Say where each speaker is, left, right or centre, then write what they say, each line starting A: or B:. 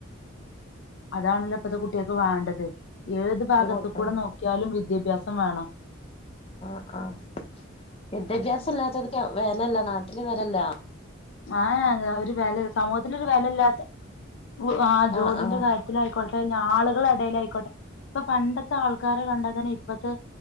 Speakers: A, on the left (about 60°); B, on the left (about 30°).
A: അതാണല്ലോ ഇപ്പഴത്തെ കുട്ടികക്ക് വേണ്ടത് ഏത് ഭാഗത്ത്
B: കൊടുക്കണ്ട്
A: കൂടെ നോക്കിയാലും വിദ്യാഭ്യാസം വേണം.
B: ആഹ് ആഹ വിദ്യാഭ്യാസം ഇല്ലാത്തതോര്ക്ക് വലല്ല നാട്ടില് വലല്ല.
A: ആ ഒരു വില സമൂഹത്തി ഒരു വിലയില്ലാത്ത ആ ജോലിന്റെ
B: ആഹ് ആഹ്
A: കാര്യ ത്തിലായിക്കോട്ടെ ആളുകള ഇടൽ ആയിക്കോട്ടെ ഇപ്പൊ പണ്ടത്തെ ആൾക്കാരെ കണ്ടാൽ തന്നെ ഇപ്പത്തെ